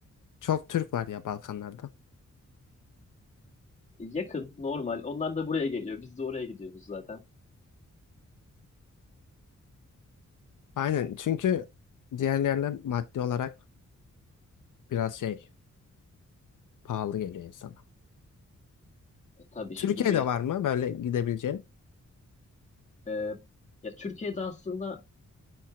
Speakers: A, on the left; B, on the left.
A: çok Türk var ya Balkanlarda.
B: yakın normal. Onlar da buraya geliyor. Biz de oraya gidiyoruz zaten.
A: Aynen çünkü diğer yerler maddi olarak biraz şey pahalı geliyor insana.
B: E, tabii şimdi
A: Türkiye'de
B: bir
A: var mı böyle gidebileceğin?
B: e, ya Türkiye'de aslında